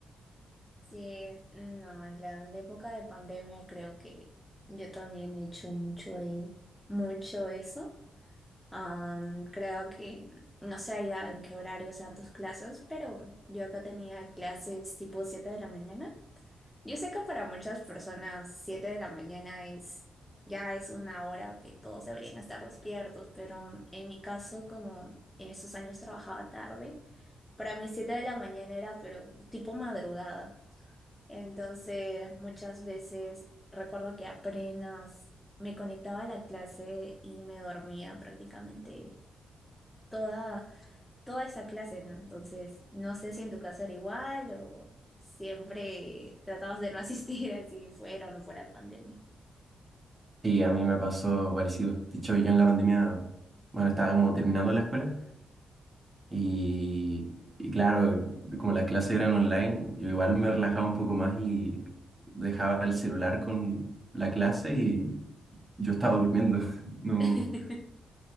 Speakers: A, in the centre; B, on the right.
A: Sí, no, en la, en la época de pandemia creo que yo también he hecho mucho, de- mucho eso. Am, creo que no sé ya en qué horario sean tus clases, pero yo acá tenía clases tipo 7 de la mañana. Yo sé que para muchas personas 7 de la mañana es ya es una hora que todos deberían estar despiertos, pero en mi caso, como en esos años trabajaba tarde, para mí 7 de la mañana era pero tipo madrugada. Entonces, muchas veces recuerdo que apenas me conectaba a la clase y me dormía prácticamente toda toda esa clase, ¿no? Entonces, no sé si en tu caso era igual o siempre tratabas de no asistir <laughs> así fuera o no fuera pandemia.
B: Y a mí me pasó parecido. De hecho, yo en la pandemia, bueno, estaba como terminando la escuela y, y claro, como las clases eran online, yo igual me relajaba un poco más y dejaba el celular con la clase y yo estaba durmiendo. <laughs> No
A: <laughs>